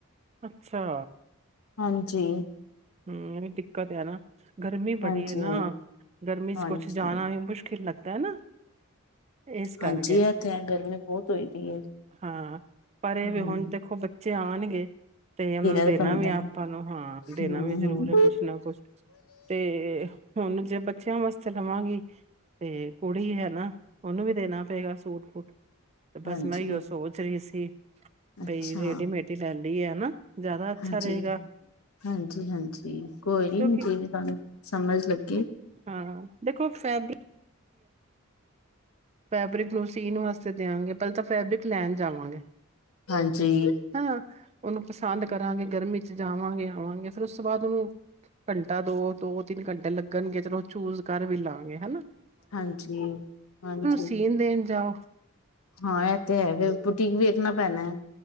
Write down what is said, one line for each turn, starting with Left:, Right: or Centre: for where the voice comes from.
Right: ਅੱਛਾ
Left: ਹਾਂਜੀ
Right: ਹਮ ਇਹ ਵੀ ਦਿੱਕਤ ਹੈ ਨਾ ਗਰਮੀ
Left: ਹਾਂਜੀ
Right: ਬੜੀ ਹੈ ਨਾ ਗਰਮੀ
Left: ਹਾਂਜੀ
Right: ਕਿਤੇ ਜਾਣਾ ਵੀ ਮੁਸ਼ਕਿਲ ਲੱਗਦਾ ਤੇ ਨੂੰ ਇਸ ਕਰਕੇ
Left: ਹਾਂਜੀ ਇਹ ਤੇ ਹੈ ਗਰਮੀ ਬਹੁਤ ਹੋਈ ਦੀ ਹੈ
Right: ਹਾਂ ਪਰ ਇਹ
Left: ਹਮ
Right: ਵੀ ਹੁਣ ਦੇਖੋ ਬੱਚੇ ਆਉਣਗੇ ਤੇ ਉਹਨਾਂ ਨੂੰ
Left: ਤਾਂ
Right: ਦੇਣਾ
Left: ਪੈਂਦਾ
Right: ਵੀ ਆਪਾਂ ਨੂੰ ਹਾਂ ਦੇਣਾ
Left: ਹਮ
Right: ਵੀ ਜ਼ਰੂਰ
Left: ਹਮ
Right: ਹੈ ਕੁਛ ਨਾ ਕੁਛ ਤੇ ਹੁਣ ਜੇ ਬੱਚਿਆਂ ਵਾਸਤੇ ਲਵਾਂਗੀ ਤੇ ਕੁੜੀ ਹੈ ਨਾ ਉਹਨੂੰ ਵੀ ਦੇਣਾ ਪਏਗਾ ਸੂਟ ਤੇ
Left: ਹਾਂਜੀ
Right: ਬਸ ਮੈਂ ਹੀ
Left: ਉਹ
Right: ਸੋਚ ਰਹੀ ਸੀ ਪੱਕਾ
Left: ਅੱਛਾ
Right: ਬਈ ਰੇਡੀਮੇਡ ਹੀ ਲੈ ਲਈਏ ਤਾ ਜ਼ਿਆਦਾ ਅੱਛਾ
Left: ਹਾਂਜੀ
Right: ਰਹੇਗਾ
Left: ਹਾਂਜੀ ਹਾਂਜੀ ਕੋਈ ਨੀ
Right: ਕਿਉਂਕਿ
Left: ਆ ਰਹੀ ਸਮਝ ਸਮਝ ਲੱਗੀ
Right: ਹਾਂ ਦੇਖੋ ਫੈਬ ਫੈਬਰਿਕ ਨੂੰ ਸੀਣ ਵਾਸਤੇ ਦਿਆਂਗੇ ਪਹਿਲਾਂ ਤਾਂ ਫੈਬਰਿਕ ਲੈਣ ਜਾਵਾਂਗੇ
Left: ਹਾਂਜੀ
Right: ਹਨਾ ਉਹਨੂੰ ਪਸੰਦ ਕਰਾਂਗੇ ਗਰਮੀ ਚ ਜਾਵਾਂਗੇ ਆਵਾਂਗੇ ਫੇਰ ਉਸ ਤੋਂ ਬਾਅਦ ਉਹਨੂੰ ਘੰਟਾ ਦੋ ਦੋ ਤਿੰਨ ਘੰਟੇ ਲੱਗਣਗੇ ਚਲੋ ਚੂਜ ਕਰ ਵੀ ਲਵਾਂਗੇ ਹਨਾ
Left: ਹਾਂਜੀ ਹਾਂਜੀ
Right: ਸੀਨਦੇ ਜਾਓ
Left: ਹਾਂ ਇਹ ਤੇ ਹੈ ਬੂਟੀ ਵੇਖਣਾ ਪੈਣਾ ਹੈ